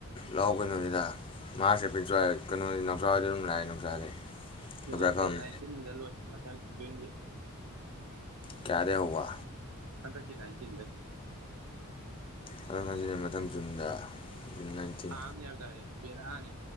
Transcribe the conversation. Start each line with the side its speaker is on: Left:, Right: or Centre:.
Left: ꯂꯥꯎ ꯀꯩꯅꯣꯅꯤꯗ ꯃꯥꯔꯁ ꯑꯦꯄꯔꯤꯜ ꯁꯋꯥꯏ ꯀꯩꯅꯣꯅꯤ ꯅꯎꯆꯥ ꯍꯣꯏꯗ ꯑꯗꯨꯝ ꯂꯥꯛꯑꯦ ꯅꯥꯎꯆꯥ <unintelligible>
Right: ꯑꯦꯛꯖꯥꯝ
Left: ꯈꯪꯉꯝꯅꯤ
Right: ꯗꯦꯠ ꯅꯥꯏꯟꯇꯤꯟꯗ ꯂꯣꯏ ꯃꯊꯪ <unintelligible>
Left: ꯀꯌꯥꯗꯩ ꯍꯧꯕꯥ
Right: ꯍꯟꯗꯛꯀꯤ ꯅꯥꯏꯇꯤꯟꯗ
Left: ꯆꯪꯉꯁꯤꯅꯦ ꯃꯊꯪ ꯖꯨꯟꯗ ꯖꯨꯟ ꯅꯥꯏꯟꯇꯤꯟ
Right: ꯊꯥ ꯑꯝꯅꯦ ꯍꯥꯏꯕꯗꯥꯏꯅꯦ ꯕꯦꯔꯥꯅꯤ